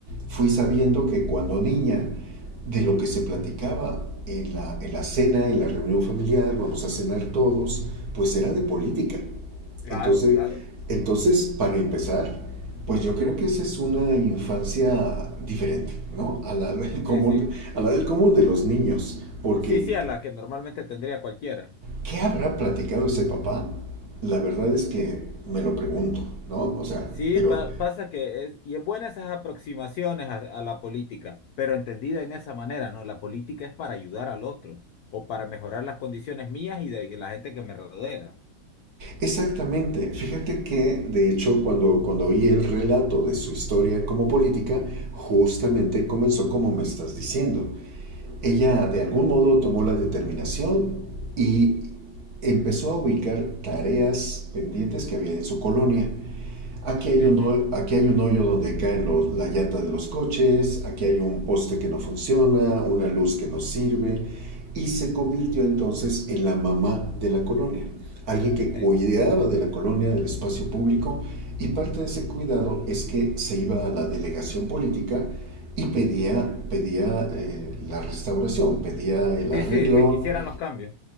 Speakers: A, on the right; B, on the left.
A: Fui sabiendo que cuando niña, de lo que se platicaba en la, en la cena, en la reunión familiar, vamos a cenar todos, pues era de política.
B: Claro,
A: Entonces,
B: claro.
A: entonces para empezar, pues yo creo que esa es una infancia diferente, ¿no? A la del común,
B: Sí, sí.
A: a la del común de los niños, porque
B: Sí, sí, a la que normalmente tendría cualquiera.
A: ¿Qué habrá platicado ese papá? La verdad es que me lo pregunto,
B: <laughs>
A: ¿no? O sea,
B: Sí,
A: pero
B: pa- pasa que es, y es buena esas aproximaciones a, a la política, pero entendida en esa manera, ¿no? La política es para ayudar al otro o para mejorar las condiciones mías y de la gente que me rodea.
A: exactamente, fíjate que de hecho cuando, cuando oí el relato de su historia como política, justamente comenzó como me estás diciendo. Ella de algún modo tomó la determinación y empezó a ubicar tareas pendientes que había en su colonia. Aquí hay,
B: Sí,
A: un
B: sí,
A: hoy- aquí hay un hoyo donde caen los- la llanta de los coches, aquí hay un poste que no funciona, una luz que no sirve, y se convirtió entonces en la mamá de la colonia, alguien que cuidaba
B: sí.
A: de la colonia, del espacio público, y parte de ese cuidado es que se iba a la delegación política y pedía, pedía eh, la restauración, pedía el arreglo,
B: Sí, sí, sí, quisieran los cambios.